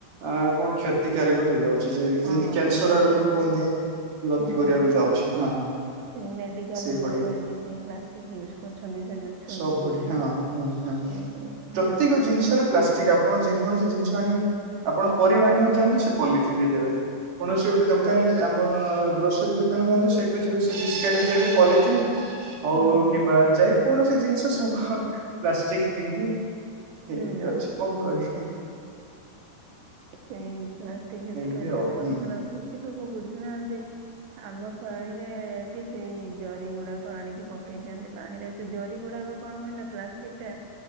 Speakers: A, on the right; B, on the right.
A: ଆ କଣ କ୍ଷତିକାରକ ହେଇଯାଉଛି
B: ହଁ
A: ଯେମତି କ୍ୟାନସର
B: ସବୁ
A: ଆଡକୁ
B: ଜିନିଷ
A: କୁହନ୍ତି। ଗତି
B: ହୁଁ
A: କରିବାକୁ ଯାଉଛି ହଁ।
B: ସେଇ ମେଡିକାଲ
A: ସେଇଭଳି
B: ଗୁଡାକରେ ବି ସେଇ ପ୍ଲାଷ୍ଟିକ ୟୁଜ କରୁଛନ୍ତି ସେ ଯୋଉ ଛୁଞ୍ଚି
A: ସବୁଠି ହଁ ହଁ ହଁ।
B: ଆଉ
A: ପ୍ରତ୍ୟେକ
B: ଯୋଉ ଆମର
A: ଜିନିଷରେ ପ୍ଲାଷ୍ଟିକ ଆପଣ ଯେ କୌଣସି ଜିନିଷ ଆଣିବେ ଆପଣ ପରିବା ଆଣିବାକୁ ଯାଆନ୍ତୁ ସେ ପଲିଥିନରେ ଦେବେ କୌଣସି
B: ହଁ
A: ଗୋଟେ ଦୋକାନରେ ଆପଣ ଗ୍ରୋସରୀ ଦୋକାନ ଯାଆନ୍ତୁ ସେଠୁ ଯିବେ ସେ ବିସ୍କେଟ୍ ହେଲେ ବି ପଲିଥିନ୍ ହଉ
B: ହୁଁ
A: କିମ୍ବା ଯା କୌଣସି ଜିନିଷ ସବୁ ପ୍ଲାଷ୍ଟିକରେ ହିଁ-
B: ହୁଁ
A: ଏଇଠି ଅଛି କଣ କରିବି।
B: ସେଇ ପ୍ଲାଷ୍ଟିକ କ୍ଷେତରୁ
A: ଏମିତି
B: ଏତେ
A: ଆଉ
B: ଦେହ
A: ହୁଁ
B: ଖରାପ
A: ହୁଁ
B: ହଉଛି ଲୋକ ବୁଝୁନାହାନ୍ତି। ଆମ ସାହିଁରେ ବି ସେଇ ଜରି ଗୁଡାକ ଆଣିକି ପକେଇ ଦିଅନ୍ତି ପାଣି ରେ ସେ ଜରି ଗୁଡା କଣ ହୁଏ ପ୍ଲାଷ୍ଟିକ ଟା